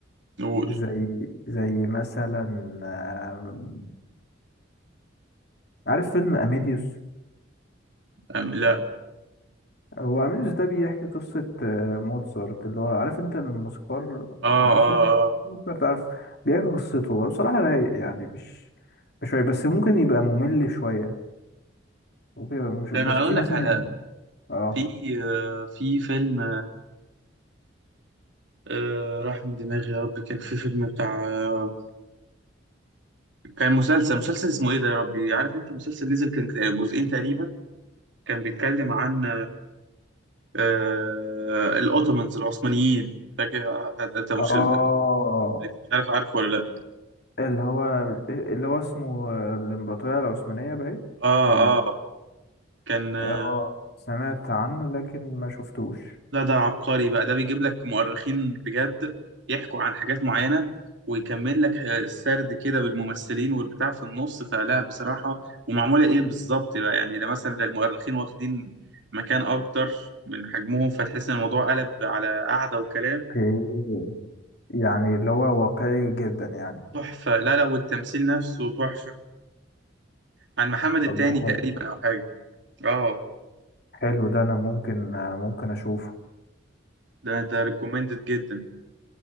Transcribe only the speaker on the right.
نقول
لا
اه
اه اه
ده
انا
اقول
لك على
في آه، في فيلم آه، راح من دماغي يا رب كان في فيلم بتاع آه، كان مسلسل مسلسل اسمه ايه ده يا ربي عارف انت مسلسل نزل كان جزئين تقريبا كان بيتكلم عن آه الاوتومانز العثمانيين فاكر آه، انت مش
مش عارف عارف ولا لا
اه
اه كان آه،
لا ده عبقري بقى ده بيجيب لك مؤرخين بجد يحكوا عن حاجات معينة ويكمل لك السرد كده بالممثلين والبتاع في النص فلا بصراحة ومعمولة ايه بالظبط بقى يعني ده مثلا ده المؤرخين واخدين مكان اكتر من حجمهم فتحس ان الموضوع قلب على قعدة وكلام
تحفة لا لا والتمثيل نفسه تحفة عن محمد التاني
تقريبا
او حاجة اه
ده ده ريكومندد جدا